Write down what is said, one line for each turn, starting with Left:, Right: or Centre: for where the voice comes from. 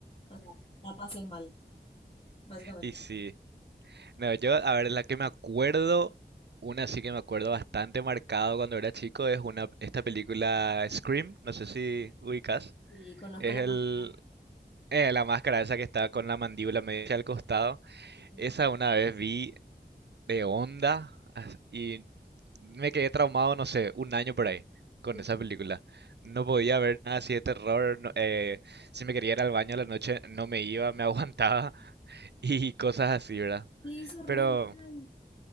Left: O sea, la pasé mal, básicamente.
Right: Y sí. No, yo, a ver, la que me acuerdo, una sí que me acuerdo bastante marcado cuando era chico, es una, esta película Scream, no sé si ubicas,
Left: Y conozco
Right: es
Left: la
Right: el,
Left: máscara.
Right: eh, la máscara esa que está con la mandíbula media al costado,
Left: Sí, sí.
Right: esa una vez vi de onda as- y me quedé traumado, no sé, un año por ahí con
Left: Dios
Right: esa
Left: mío.
Right: película. No podía ver nada así de terror, no- eh, si me quería ir al baño a la noche no me iba, me aguantaba <laughs> y cosas así, ¿verdad?
Left: Te hizo re
Right: Pero...
Left: mal.